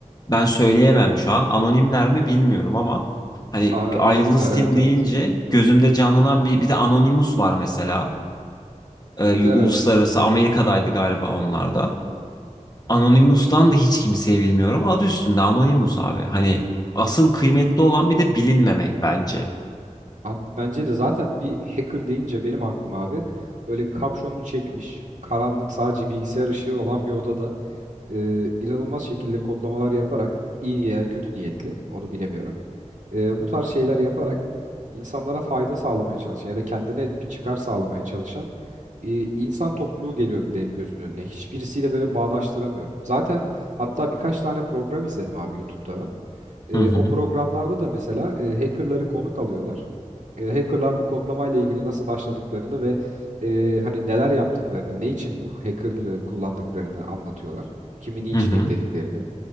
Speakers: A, on the left (about 30°); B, on the right (about 75°).
A: ben söyleyemem şu an. Anonimler mi bilmiyorum ama hani
B: Aa,
A: Ay
B: anonimler
A: Yıldız Tim
B: evet evet.
A: deyince gözümde canlanan bir bir de Anonymous var mesela. Ee,
B: Evet.
A: uluslararası Amerika'daydı galiba onlar da Anonymous'tan da hiç kimseyi bilmiyorum. Adı üstünde Anonymous abi. Hani asıl kıymetli olan bir de bilinmemek bence.
B: Abi, bence de zaten bir hacker deyince benim aklım abi böyle kapşonunu çekmiş karanlık sadece bilgisayar ışığı olan bir odada e, inanılmaz şekilde kodlamalar yaparak iyi niye kötü niyetli onu bilemiyorum e, bu tarz şeyler yaparak insanlara fayda sağlamaya çalışan ya da kendine bir çıkar sağlamaya çalışan e, insan topluluğu geliyor benim gözümün önüne. Hiçbirisiyle böyle bağdaştıramıyorum. Zaten hatta birkaç tane program izledim abi YouTube'da ben. E,
A: Hı hı.
B: o programlarda da mesela e, hackerları konuk alıyorlar. E, hackerlar bu kodlamayla ilgili nasıl başladıklarını ve e, hani neler yaptıklarını, ne için bu hackerlığı kullandıklarını anlatıyorlar. Kimi niçin
A: Hı hı.
B: eklediklerini.